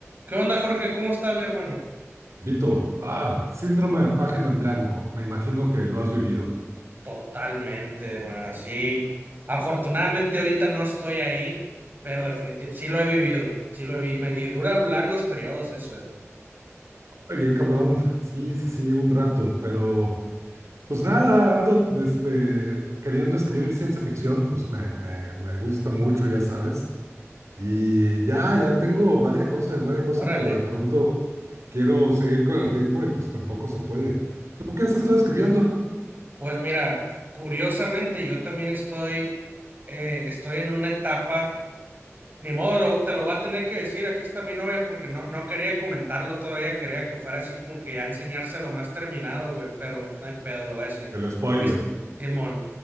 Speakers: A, on the right; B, on the right.
A: ¿Qué onda, Jorge? ¿Cómo estás, mi hermano?
B: Vito, ah, síndrome de página en blanco. Me imagino que lo has vivido.
A: Totalmente, hermano. Sí. Afortunadamente ahorita no estoy ahí, pero definitivamente sí lo he vivido, sí lo he vivido y dura largos periodos eso. eh.
B: Ay, bien, cabrón. Sí, sí, sí, un rato, pero pues nada, ando este, queriendo escribir ciencia ficción, pues me, me, me gusta mucho, ya sabes. Y ya, ya tengo varias cosas, varias cosas,
A: Órale.
B: pero de pronto quiero seguir con el ritmo y pues tampoco se puede. ¿Tú qué has estado escribiendo?
A: Pues mira, curiosamente yo también estoy, eh, estoy en una etapa. Ni modo, lo- te lo voy a tener que decir, aquí está mi novia, porque no, no quería comentarlo todavía, quería que fuera así como que ya enseñárselo más terminado, güey, pero no hay pedo, lo voy a decir.
B: El spoiler.
A: Es, Simón,